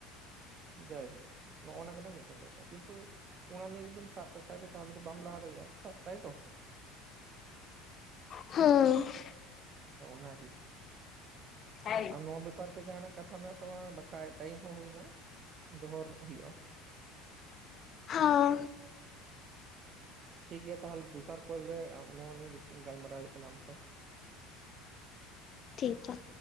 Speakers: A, on the right; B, on the left.
A: ᱡᱟᱭᱦᱳᱠ, ᱱᱚᱜᱼᱚ ᱱᱚᱣᱟ ᱠᱟᱱᱟ ᱢᱤᱫᱴᱟᱝ ᱵᱮᱯᱟᱨ ᱠᱤᱱᱛᱩ ᱹᱹᱹ ᱚᱱᱟ ᱱᱤᱭᱟᱹ ᱡᱩᱫᱤᱢ ᱥᱟᱵ ᱠᱟᱜ ᱠᱷᱟᱱ ᱫᱚ ᱛᱟᱦᱚᱞᱮ ᱫᱚ ᱵᱟᱢ ᱞᱟᱦᱟ ᱫᱟᱲᱮᱭᱟᱜᱼᱟ ᱛᱟᱭᱛᱚ ᱾
B: ᱦᱟᱻ ᱣᱻ ᱾
A: ᱱᱚᱜ ᱱᱟ ᱜᱮ ᱾
B: ᱦᱮᱸ
A: ᱟᱢ ᱱᱚᱣᱟ ᱵᱮᱯᱟᱨ ᱛᱮ ᱡᱟᱦᱱᱟᱜ ᱠᱟᱛᱷᱟ ᱢᱮᱱᱟᱜ ᱛᱟᱢᱟ ᱵᱟᱠᱷᱟᱡ ᱴᱟᱭᱤᱢ ᱦᱚᱸ ᱦᱩᱭᱱᱟ ᱫᱚᱦᱚᱨ ᱦᱩᱭᱩᱜ-ᱟ
B: ᱦᱟᱸ
A: ᱴᱷᱤᱠ ᱜᱮᱭᱟ ᱛᱟᱦᱚᱞᱮ ᱫᱚᱥᱟᱨ ᱠᱚᱞ ᱨᱮ ᱟᱢ ᱱᱚᱣᱟ ᱱᱤᱭᱟᱹ ᱜᱟᱞᱢᱟᱨᱟᱣ ᱦᱩᱭᱩᱜ ᱠᱟᱱᱟ ᱟᱢ ᱥᱟᱶ
B: ᱴᱷᱤᱠ ᱜᱮᱭᱟ᱾